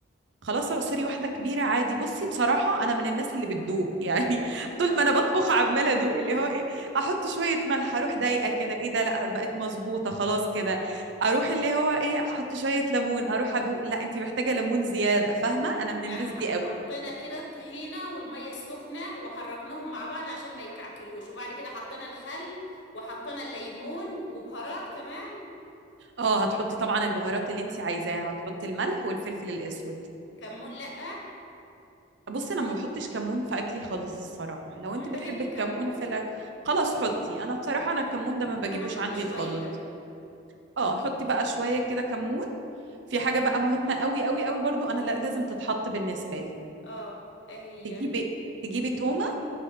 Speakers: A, on the right (about 70°); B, on the left (about 75°).
A: خلاص اعصري واحدة كبيرة عادي بصي
B: اه
A: بصراحة أنا من الناس اللي بتدوق يعني <laughs> طول
B: اه
A: ما أنا بطبخ عمالة أدوق اللي هو إيه أحط شوية ملح أروح ضايقة كده إيه ده لأ بقت مظبوطة خلاص
B: اه
A: كده أروح اللي هو إيه أحط شوية ليمون أروح أدوق لأ أنت محتاجة ليمون زيادة فاهمة
B: مم.
A: أنا من
B: يعني
A: الناس
B: ح-
A: دي قوي
B: حطينا كده الطحينة والمية السخنة وحركناهم مع بعض عشان ما يكعكلوش وبعد كده حطينا الخل وحطينا الليمون وبهارات كمان
A: أه هتحطي طبعا البهارات اللي أنت عايزاها هتحطي الملح والفلفل الأسود
B: كمون لأ
A: بصي أنا ما بحطش كمون في أكلي خالص الصراحة لو
B: ما
A: أنت
B: أنا
A: بتحبي
B: بحب الكمون
A: الكمون في الأكل خلاص حطي أنا بصراحة أنا
B: اه
A: الكمون ده ما بجيبوش
B: يعني أحط
A: عندي
B: شوية
A: خالص اه حطي بقى شوية كده كمون في حاجة بقى مهمة قوي قوي قوي برضو انا لا- لازم تتحط بالنسبة لي
B: اه إيه هي
A: تجيبي تجيبي تومة